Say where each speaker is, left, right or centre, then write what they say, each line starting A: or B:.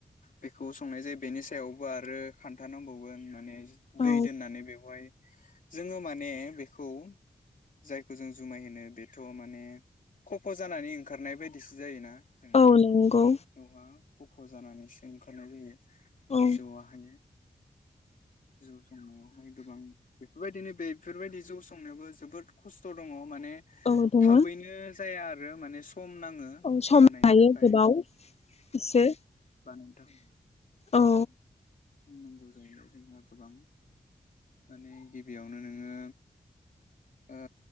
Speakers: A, on the left; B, on the left.
A: बेखौ संनाय जायो बेनि सायावबो आरो खान्था नांबावगोन माने दै
B: औ
A: दोननानै बेवहाय जोंङो माने बेखौ जायखौ जों जुमाय होनो बेथ माने खफ जानानै ओंखारनाय बायदिसो जायोना जोंहा
B: औ नंगौ
A: न आव गफ जानानैसो ओंखारनाय जायो
B: औ
A: जौआहाय जौ संनायावहाय गोबां बेबायदिनो बे बेफोरबायदि जौ संनायावबो जोबोद खस्थ दंङ माने
B: औ दङ
A: थाबैनो जाया आरो बेयो माने सम नाङो
B: औ सम
A: बानायनो
B: लायो
A: थाखाय
B: गोबाव एसे
A: बानायनो
B: औ
A: बुंनांगौ जाहैबाय जोंहा गोबां माने गिबियावनो नोंङो ओ